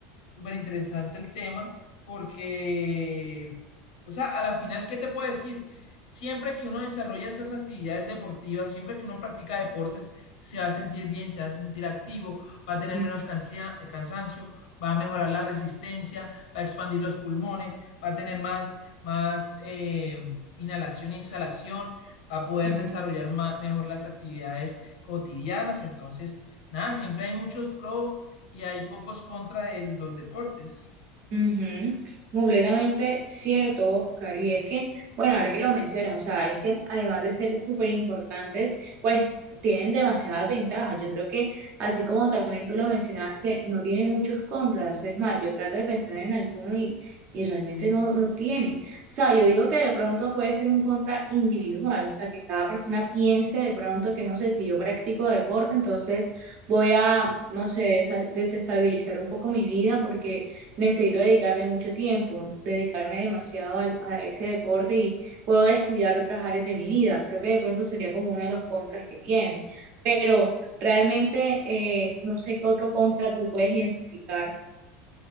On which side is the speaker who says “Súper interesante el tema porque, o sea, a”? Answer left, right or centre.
Left